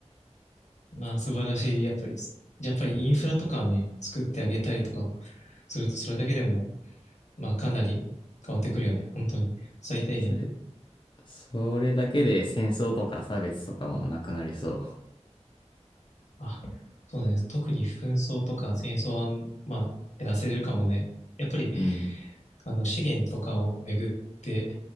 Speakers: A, on the left; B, on the left.
A: まあ、素晴らしい、やっぱり、やっぱりインフラとかね、
B: うん。
A: 作ってあげたりとかすると、それだけでも、まあ、かなり変わってくるよね。本当に。最低限の。
B: それ、それだけで戦争とか差別とかもなくなりそ
A: あ、そうです。特に紛争とか戦争は、まあ、減らせるかもね。やっぱり、
B: う。うん。
A: あの、資源とかをめぐって、